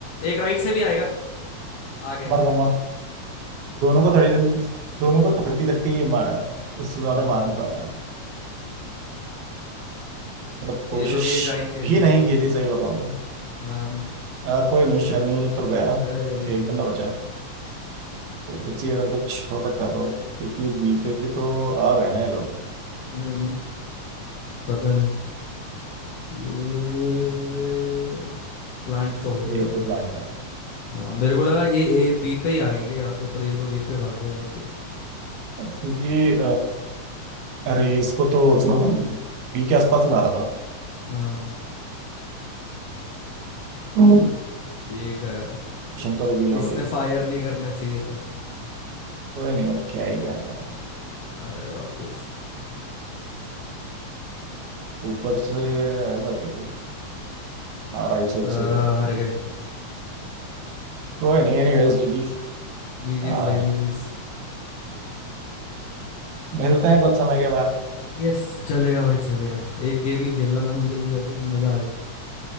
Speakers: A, on the left; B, on the right.
A: एक राइट से भी आएगा आ गया
B: मर जाऊंगा दोनों को थर्टी थर्टी दोनों को थर्टी थर्टी ही मारा है उससे ज्यादा
A: हाँ
B: मार नहीं पाया मतलब कोशिश
A: ये लोग ए जाएंगे
B: भी
A: नहीं
B: नहीं की थी सही बताऊं तो
A: ना ना
B: अ, कोई नहीं शनि तो गया
A: अरे रे रे रे
B: एक बंदा
A: रे
B: बचा है इसी अगर कुछ हो सकता है तो क्योंकि बी पे भी तो आ गए ना ये लोग
A: हम्म हम्म, पता नहीं ये प्लांट तो हो गया
B: ए
A: अब
B: पे प्लांट
A: हाँ मेरे को लगा ये ए बी पे ही आएंगे यहाँ पे पर ये लोग ए पे भाग गए वापस
B: क्योंकि अ, रेस को तो उसी ने बी के आसपास ही मारा था
A: हाँ
B: लोकेशन
A: ये गया
B: तो रिवील हो
A: इसने
B: गई
A: फायर नहीं करना चाहिए था
B: कोई नहीं अब क्या ही करना है
A: आया वापस
B: ऊपर से आएगा क्या कोई बारह सही
A: आ,
B: सही है
A: हार गए
B: कोई नहीं एनीवेज जीजी
A: जी
B: आ,
A: जीज भाई जी जीज
B: मिलते हैं कुछ समय के बाद
A: यस चलेगा भाई चलेगा एक गेम ही खेलना था मुझे भी वैसे मजा आ गया